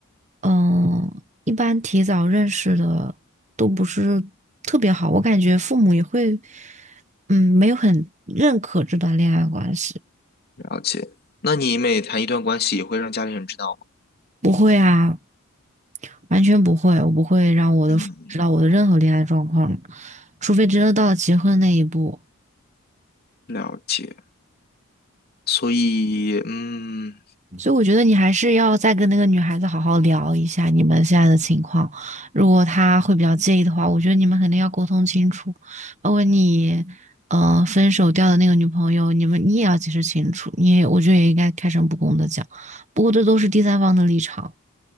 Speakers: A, on the right; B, on the left.
A: 嗯，一般提早认识的都不是特别好，我感觉父母也会，嗯，没有很认可这段恋爱关系。
B: 了解，那你每谈一段关系，也会让家里人知道吗？
A: 不会啊，完全不会，我不会让我的父母知道我的任何恋爱状况，
B: 嗯，
A: 除非真的到了结婚那一步。
B: 了解。所以，嗯
A: 所以我觉得你还是要再跟那个女孩子好好聊一下你们现在的情况。如果她会比较介意的话，我觉得你们肯定要沟通清楚。包括你，呃，分手掉的那个女朋友，你们你也要解释清楚。你也，我觉得也应该开诚布公的讲。不过这都是第三方的立场。